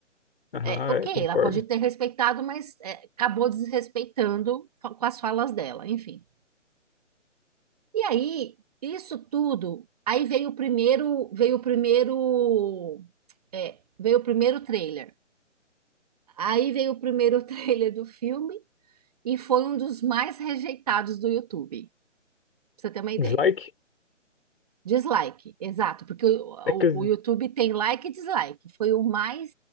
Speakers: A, on the left (about 50°); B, on the right (about 30°).
A: Aham,
B: É, ok,
A: é, concordo.
B: ela pode ter respeitado, mas é, acabou desrespeitando fa- com as falas dela, enfim. E aí, isso tudo, aí veio o primeiro, veio o primeiro, é, veio o primeiro trailer. Aí veio o primeiro <laughs> trailer do filme e foi um dos mais rejeitados do YouTube, pra você ter uma ideia.
A: Dislike?
B: Dislike, exato, porque o, o-
A: É que.
B: o YouTube tem like e dislike. Foi o mais.